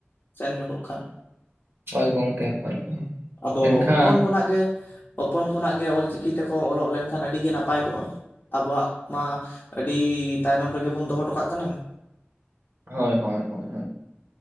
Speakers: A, on the left (about 40°); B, on the right (about 60°).
A: ᱥᱮᱱ ᱧᱚᱜᱚᱜ ᱠᱷᱟᱱ᱾
B: ᱦᱳᱭ ᱜᱚᱝᱠᱮ ᱦᱳᱭ ᱦᱳᱭ᱾
A: ᱟᱫᱚ
B: ᱢᱮᱱᱠᱷᱟᱱ
A: ᱦᱚᱯᱚᱱ ᱠᱷᱚᱱᱟᱜ ᱜᱮ, ᱦᱚᱯᱚᱱ ᱠᱷᱚᱱᱟᱜ ᱜᱮ ᱚᱞᱪᱤᱠᱤ ᱛᱮᱠᱚ ᱚᱞᱚᱜ ᱞᱮᱱᱠᱷᱟᱱ ᱟᱹᱰᱤᱜᱮ ᱱᱟᱯᱟᱭ ᱠᱚᱜ-ᱟ᱾ ᱟᱵᱚᱣᱟᱜ ᱢᱟ ᱟᱹᱰᱤ ᱛᱟᱭᱱᱚᱢ ᱨᱮᱜᱮ ᱵᱚᱱ ᱫᱚᱦᱚ ᱦᱚᱴᱚᱠᱟᱜ ᱠᱟᱱᱟ᱾
B: ᱦᱳᱭ ᱦᱳᱭ ᱦᱳᱭ